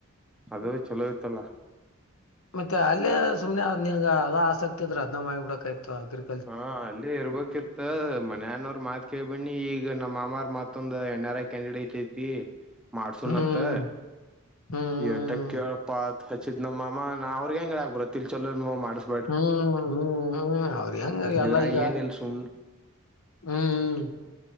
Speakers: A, in the centre; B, on the left.
A: ಅದು ಚಲೋ ಇತ್ತಲ್ಲ.
B: ಮತ್ತೆ ಅಲ್ಲೇ ಸುಮ್ಮನೆ ನಿನ್ಗ ಅದ ಆಸಕ್ತಿ ಇದ್ರೆ ಅದ್ ಮಾಡಿ ಬಿಡಬೇಕ್ ಆಯ್ತು ಅಗ್ರಿ
A: ಹಾ ಅಲ್ಲಿ ಈ ಇರ್ಬೇಕಿತ್ತ ಮನ್ಯಾನವ್ರು ಮಾತ್ ಕೇಳಿ ಬನ್ನಿ ಈಗ ನಮ್ಮ ಮಾಮ್ರ ಮತ್ತೊಂದು ಎಣ್ ಆರ್ ಐ ಕ್ಯಾಂಡಿಡೇಟ್ ತೀ ಮಾಡ್ಸುಣತ್
B: ಹ್ಮ್ ಹ್ಮ್,
A: ಎಟಕ್ ಕೇಳಪ್ಪಾತ್ ಹಚ್ಚಿದ್ ನಮ್ಮ ಮಾಮ ನಾ ಅವ್ರಗೆ ಹೆಂಗ್ ಹೇಳಾಕ ಬರತ್ತ ಇಲ್ ಚಲೋ ಮಾಡ್ಸ
B: ಹುಂ ಹುಂ ಹುಂ ಅವ್ರಿ ಹೆಂಗರಿ ಎಲ್ಲಾ
A: ಇದ್ರಾಗ
B: ಈಗ
A: ಏನಿಲ್ ಸುಮ್ನ
B: ಹುಂ